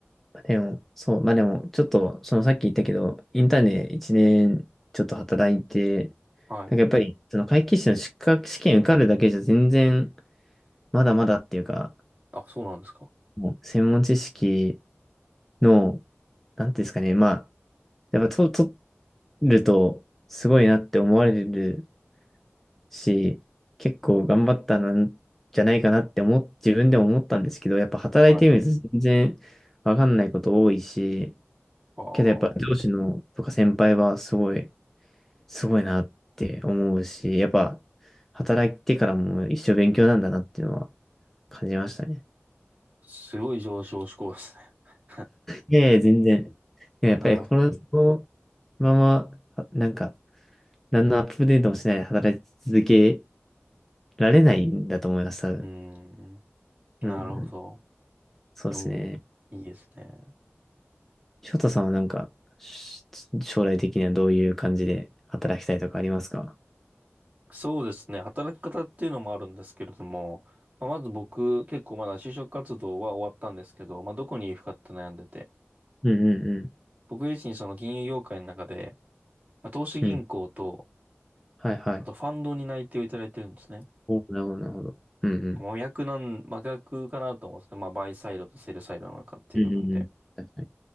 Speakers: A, in the centre; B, on the right.
A: でも、そう、まあでも、ちょっと、そのさっき言ったけど、インターンで1年ちょっと働いて、
B: はい。
A: なんかやっぱり、その会計士の資格試験受かるだけじゃ全然、まだまだっていうか、
B: あ、そうなんですか。
A: もう専門知識の、なんていうんですかね、まあ、やっぱと、取ると、すごいなって思われるし、結構頑張ったなんじゃないかなって思っ、自分でも思ったんですけど、やっぱ働いてみると全然わかんないこと多いし、
B: はい。ああ、
A: けどやっぱ上司のとか先輩はすごい、すごいなって思うし、やっぱ働いてからも一生勉強なんだなっていうのは感じましたね。
B: すごい上昇志向ですね。<laughs>
A: いやいや、全然。いややっぱりこの、
B: なるほど。
A: そのまま、はなんか、何のアップデートもしないで働き続けられないんだと思います、多分。
B: うーん。なるほど。
A: うんうん、そうですね。
B: でも、いいですね。
A: 翔太さんはなんか、し将来的にはどういう感じで働きたいとかありますか
B: そうですね。働き方っていうのもあるんですけれども、まあ、まず僕、結構まだ就職活動は終わったんですけど、まあどこに行くかって悩んでて、
A: うんうん
B: 僕自身その金融業界の中で、まあ、投資銀行と、
A: うん。うん。はいはい。
B: あとファンドに内定をいただいてるんですね。
A: お、なるほど、なるほど。うんうん。
B: 真逆なん、真逆かなと思うんですけど、まあ、バイサイドとセルサイドの中っていう部分で。
A: うんうんうん。確かに。